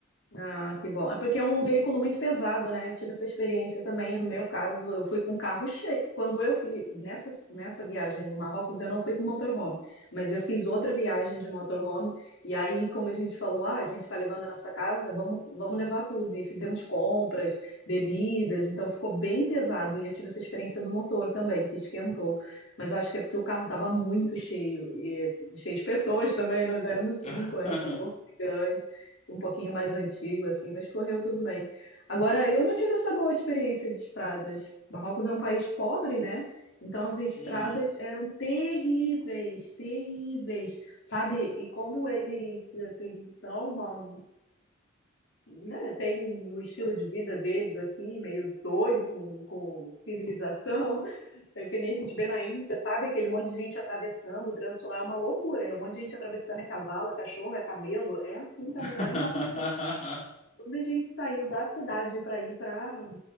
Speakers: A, on the left; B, on the left.
A: Ah, que bom. É porque é um veículo muito pesado, né? Eu tive essa experiência também. No meu caso, eu fui com carro cheio. Quando eu fiz nessa, nessa viagem do Marrocos, eu não fui com motorhome, mas eu fiz outra viagem de motorhome. E aí, como a gente falou, ah, a gente está levando a nossa casa, vamos, vamos levar tudo. E fizemos compras, bebidas, então ficou bem pesado. E eu tive essa experiência do motor também, que esquentou. Mas acho que é porque o carro estava muito cheio, e cheio de pessoas também. Nós éramos
B: <laughs>
A: cinco, era um motor grande um pouquinho mais antigo, assim, mas correu tudo bem. Agora, eu não tive essa boa experiência de estradas. Marrocos é um país pobre, né? Então as estradas
B: Uhum.
A: eram terríveis, terríveis, sabe? E como eles assim são uma, né, tem o estilo de vida deles assim, meio doido com, com civilização, <laughs> é que nem a gente vê na Índia, sabe? Aquele monte de gente atravessando, o trânsito lá é uma loucura, é um monte de gente atravessando, é cavalo, é cachorro, é camelo, é assim também
B: <laughs>
A: lá em Marrocos. Quando a gente saiu da cidade para ir para